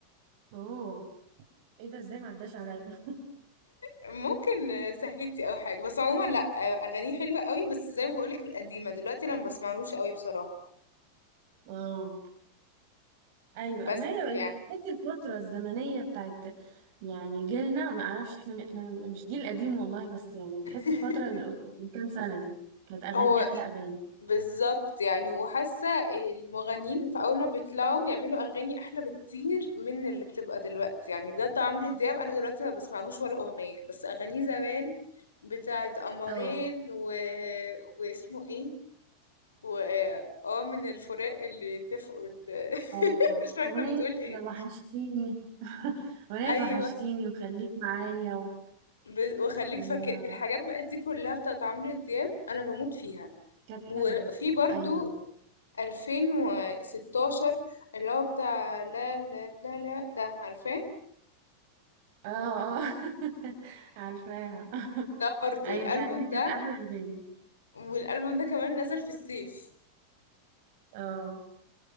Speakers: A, on the right (about 50°); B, on the left (about 70°).
A: اوه ايه ده ازاي ما عداش عليا
B: ممكن آه، سهلتي أو حاجة بس عموما لا آه، أغانيه حلوة قوي بس زي ما بقولك القديمة دلوقتي أنا ما بسمعلوش قوي بصراحة
A: <laughs> اه ايوه
B: بس
A: ما هي
B: يعني
A: ال- تحس الفترة الزمنية بتاعت يعني جيلنا ما اعرفش احنا احنا مش جيل قديم والله بس يعني تحس
B: <laughs>
A: الفترة اللي من كام سنة دي كانت اغاني
B: هو
A: احلى اغاني
B: بالظبط يعني وحاسة المغنيين في أول ما بيطلعوا بيعملوا أغاني أحلى بكتير من اللي بتبقى دلوقتي يعني بجد عمرو دياب أنا دلوقتي ما بسمعلوش ولا أغنية بس أغانيه زمان بتاعت قمرين
A: اه
B: و... واسمه إيه و اه من الفراق اللي اتفقوا ال-
A: اه
B: <laughs> مش فاكرة
A: اغنية
B: بتقول إيه
A: وحشتيني <laughs> اغنية
B: أيوة
A: وحشتيني وخليك معايا
B: ب... وخليك
A: وكانت
B: فاكر الحاجات بقى دي كلها بتاعت عمرو دياب أنا بموت فيها
A: حلوة
B: وفي برضو
A: أيوة
B: 2016 اللي هو بتاع لا لا لا لا ده عارفاه
A: اه اه <laughs> عارفاها <laughs>
B: ده برضه
A: أيوة
B: الألبوم
A: فعلا دي كانت
B: ده
A: أحلى أغاني
B: والألبوم ده كمان نزل في الصيف
A: اه